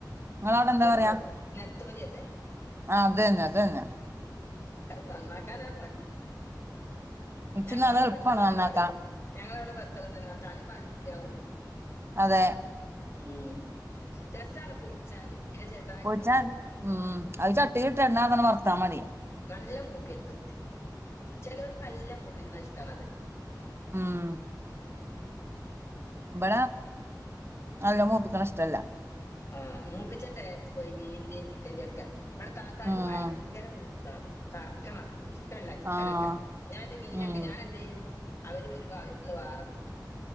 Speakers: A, on the right; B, on the left.
A: നിങ്ങളടെ എന്താ
B: നെത്തോ
A: പറയാ
B: നെത്തോലിയല്ലേ
A: ആഹ് അത് തന്നെ അത് തന്നെ
B: അത് നന്നാക്കാനാണ് പണി
A: ഇച്ചിന്നാള്
B: ഞങ്ങള് അവിടെ
A: എളുപ്പാണ്
B: ബത്തലന്നൂല്യ
A: നന്നാക്കാൻ
B: പറയല് ഞങ്ങള അവിടെ ബത്തലന്നുല്യ തലിം വാലും നുള്ളിയാൽ മതി
A: അതെ
B: ഉം രസാണ് പൊരിച്ചാല് പിന്നെ ചെറുതായിട്ട്
A: പൊരിച്ചാൻ
B: മുളക് ഇടണം
A: ഉം അത് ചട്ടി ഇിട്ട് എണെ ങ്ങനെ വർത്താമതി
B: നല്ല മൂക്കരുത് ചിലവർക്ക് നല്ല മൂപ്പിക്കണത് ഇഷ്ടണത്
A: ആഹ്
B: ഉം
A: ഇബടെ നല്ല മൂപ്പിക്കണഷ്ടല്ല
B: ആഹ് മൂപ്പിച്ച ടേസ്റ്റ് പോയി മീനിന്റെയും ഈ ചിക്കന്റെയും ഒക്കെ ബടെ താത്താർക്ക്
A: ഉം
B: ഭയങ്കര മൂപ്പിക്കണം കറ്ക്കണം ഇഷ്ടല്ല ചിക്കനൊക്കെ
A: ആഹ്
B: ഞാന എന്റെ മീനൊക്കെ
A: ഉം
B: ഞാൻ എന്ത് ചെയ്യും അവര് വരുമ്പോ അവർക്കുള്ള വാറപോര്ക്കും